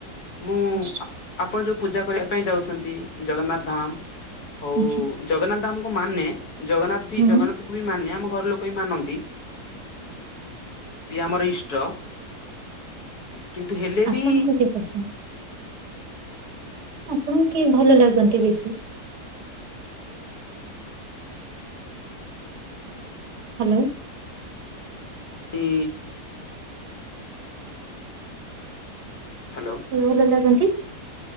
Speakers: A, on the left (about 70°); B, on the right (about 80°).
A: ମୁଁ
B: ଶ୍ରେଷ୍ଠ।
A: ଆପଣ ଯୋଉ ପୂଜା କରିବା ପାଇଁ ଯାଉଛନ୍ତି ଜଗନ୍ନାଥ ଧାମ ହଉ
B: ଆଚ୍ଛା
A: ଜଗନ୍ନାଥ ଧାମକୁ ମାନେ ଜଗନ୍ନାଥ ପି
B: ହୁଁ
A: ଜଗନ୍ନାଥ କୁ ବି ମାନେ ଆମ ଘର ଲୋକ ବି ମାନନ୍ତି ସିଏ ଆମର ଇଷ୍ଟ। କିନ୍ତୁ ହେଲେ
B: ଆପଣଙ୍କୁ
A: ବି
B: କିଏ ପସନ୍ଦ? ଆପଣ କିଏ ଭଲ ଲାଗନ୍ତି ବେଶୀ? ହାଲୋ।
A: ଏ ହ୍ୟାଲୋ।
B: ଇ ଭଲ ଲାଗନ୍ତି